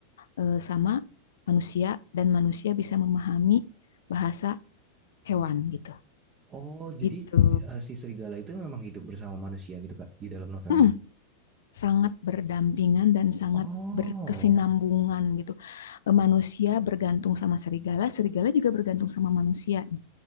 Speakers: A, on the left; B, on the right.
A: eh, sama manusia dan manusia bisa memahami bahasa hewan gitu.
B: Oh, jadi
A: Gitu.
B: eh, si serigala itu memang hidup bersama manusia gitu Kak di dalam novelnya.
A: Mm, sangat berdampingan dan sangat
B: Oh,
A: berkesinambungan gitu. Eh, Manusia bergantung sama serigala, serigala juga bergantung sama manusia nih.